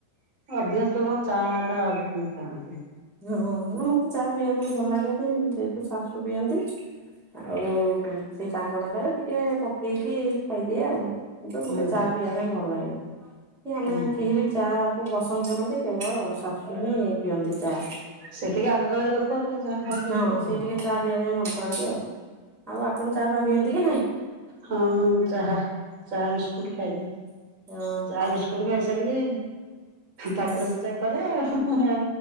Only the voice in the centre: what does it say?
ହଁ ନା ମତେ ଚାହା ପିଇବା ପାଇଁ ଭଲ ଲାଗେ ତ ଯେହେତୁ ଶାଶୁ ପିଅନ୍ତି। ଆଉ ସେ ତାଙ୍କ ପାଖରେ ଟିକେ ପକ୍ ପି ପି ଖାଇଦିଏ ଆଉ। ମୋତେ <unintelligible>
ଚା ପିଇବା ପାଇଁ ଭଲ ଲାଗେନି। କି ଆମେ
କେହି ବି ଚା? ପସନ୍ଦ କରନ୍ତି। କେବଳ ଶାଶୁ ହିଁ ପିଅନ୍ତି ଚା।
ହଁ ସେ
ଟିକେ ଚାହା ପିଇବା ପାଇଁ ଭଲ ପାଆନ୍ତି ଆଉ। ଆଉ ଆପଣ ଚାହା ପାହା ପିଅନ୍ତି କି ନାଇଁ?
ଓହୋ
ହଁ
ହଁ